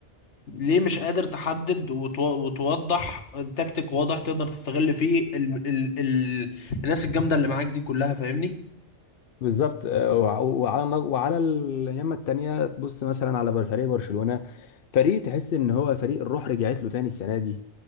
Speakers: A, on the left (about 75°); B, on the left (about 60°).
A: ليه مش قادر تحدد وتو- وتوضح تكتيك واضح تقدر تستغل فيه ال ال ال الناس الجامدة اللي معاك دي كلها فاهمني
B: بالظبط آه، وع- وعلى وعلى اليمة التانية تبص مثلا على بر- فريق برشلونة فريق تحس ان هو فريق الروح رجعت له تاني السنة دي